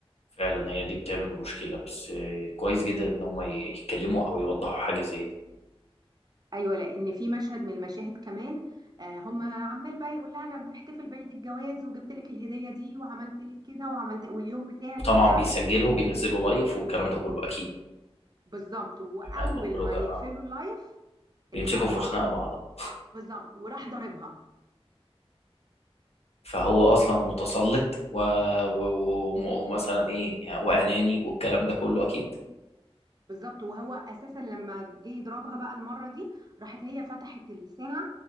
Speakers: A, on the left; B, on the right.
A: فعلا هي دي بتعمل مشكلة بس آه، كويس جدا ان هم يتكلموا او يوضحوا حاجة زي دي
B: ايوه لان في مشهد من المشاهد كمان آه هم عمال بقى يقول لها انا بنحتفل بعيد الجواز وجبت لك الهديه دي وعملت لك كده وعملت واليوم بتاعك
A: وطبعا
B: ومش عارف
A: بيسجلوا
B: ايه
A: بينزلوا لايف والكلام ده كله اكيد
B: بالظبط واول
A: بما انهم بلوجر
B: ما يقفلوا
A: اه
B: اللايف
A: بيمسكوا
B: اتخانقوا
A: في خناق بعض آه.
B: بالظبط وراح ضاربها
A: فهو اصلا متسلط و... و... و... ومثلا ايه يعني واناني والكلام ده كله اكيد
B: بالظبط وهو اساسا لما جه يضربها بقى المره دي راحت هي فتحت الساعه